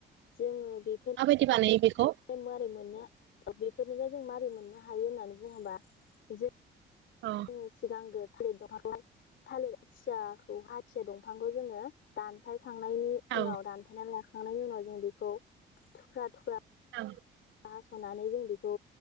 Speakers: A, on the left; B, on the right.
A: जोङो बे
B: माबादि बानायो बेखौ
A: <unintelligible> मोननो बेफोरनिफाय जों मारै मोननो हायो होननानै बुङोबा जे
B: औ
A: जोङो सिगांगोन थालिर दंफांखौहाय थालिर आथियाखौ आथिया दंफांखौ जोङो दानफाय थांनायनि
B: औ
A: उनाव दानफाना ला खांनायनि उनाव जों बेखौ थुख्रा थुख्रा
B: औ।
A: हास'नानै जों बेखौ